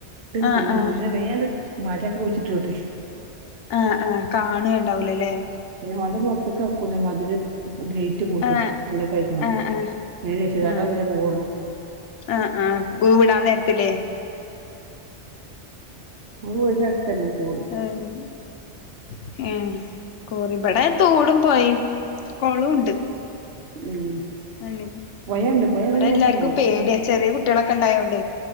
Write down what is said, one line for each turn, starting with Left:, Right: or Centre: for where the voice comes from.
Left: ആഹ്
Right: പിന്നെ
Left: ആഹ്
Right: അങ്ങനെ വേം അങ്ങട്ംമരൊക്കെ കുഴ്ച്ട്ടൂട്
Left: ആഹ് ആഹ് കാണെണ്ടാവൂലലേ
Right: ഒരുപാട്പൊർത്ത്ക്ക് എർക്കൂല മതില്ഇഗേ പൂട്ടും
Left: ആഹ്
Right: ഉളളാകാകാണ്ട
Left: ആഹ് ആഹ്
Right: രക്ഷിതാക്കളെ
Left: ആഹ്
Right: പിന്നെ പോവൊള്ളൂ
Left: ആഹ് ആഹ് ബൂവിടാൻനേരത്ത്ലേ
Right: വീട്നട്തന്നെ കൂട്
Left: <unintelligible> ഏഹ് കുറി ഇവടെ തോടും പോയിം കൊളൂംണ്ട്
Right: ഉം
Left: അനെ
Right: പൊഴണ്ട് പൊഴ
Left: ഇവടെ
Right: ഇവട്ന്ന്
Left: എല്ലാർക്കും
Right: കൊർച്ച് പോണം
Left: പേട്യാ ചെറിയ കുട്യാളൊക്കെ ഇണ്ടായോണ്ട്